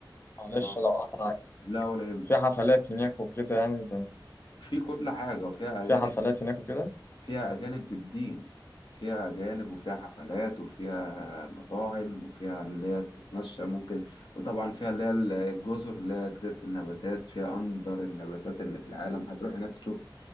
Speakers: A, on the left; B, on the left.
A: معلش
B: آه،
A: لو قطعك
B: لا ولا يهم
A: في حفلات هناك وكده يعني زي
B: في كل حاجة وفيها
A: في
B: أجانب
A: حفلات هناك وكده
B: فيها أجانب بالدين فيها أجانب وفيها حفلات وفيها مطاعم وفيها اللي هي تتمشى ممكن وطبعا فيها اللي هي الجزر اللي هي جزيرة النباتات فيها أندر النباتات اللي في العالم هتروح هناك تشوف